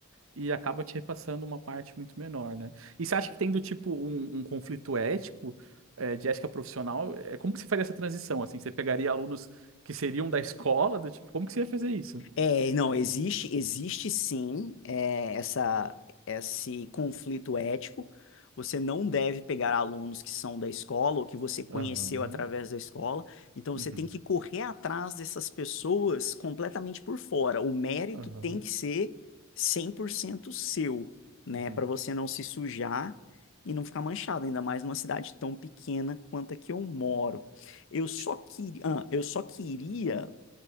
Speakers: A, on the right; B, on the left.
A: e acaba te repassando uma parte muito menor, né? E você acha que tem do tipo um, um conflito ético, eh, de ética profissional? Eh, Como que você faria essa transição, assim? Você pegaria alunos que seriam da escola, do tipo, como que você ia fazer isso?
B: É, não, existe, existe sim, é, essa, esse conflito ético. Você não deve pegar alunos que são da escola ou que você conheceu
A: Aham,
B: através da escola. Então,
A: uhum,
B: você tem que correr atrás dessas pessoas completamente por fora. O mérito
A: aham,
B: tem que ser 100% seu, né?
A: uhum.
B: Para você não se sujar e não ficar manchado, ainda mais numa cidade tão pequena quanto a que eu moro. Eu só,
A: Ti-
B: que, ah, eu só queria